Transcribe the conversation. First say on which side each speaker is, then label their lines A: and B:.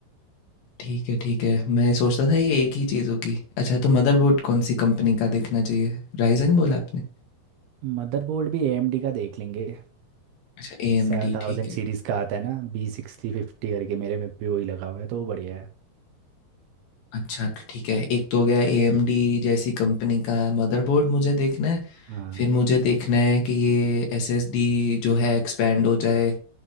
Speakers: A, on the left; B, on the right.
A: ठीक है ठीक है मैं सोचता था ये एक ही चीज़ होगी अच्छा तो मदरबोर्ड कौन सी कंपनी का देखना चाहिए राइजन बोला आपने
B: मदरबोर्ड भी एएमडी का देख लेंगे
A: अच्छा ए
B: सेवन
A: एम डी
B: थाउजेंड
A: ठीक है
B: सीरीज का आता है ना बी सिक्सटी फिफ्टी करके मेरे में भी वही लगा हुआ है तो वो बढ़िया है
A: अच्छा तो ठीक है एक तो हो गया ए एम डी जैसी कंपनी का मदरबोर्ड मुझे देखना है
B: हाँ
A: फिर मुझे देखना है कि ये एस एस डी जो है एक्सपेंड हो जाए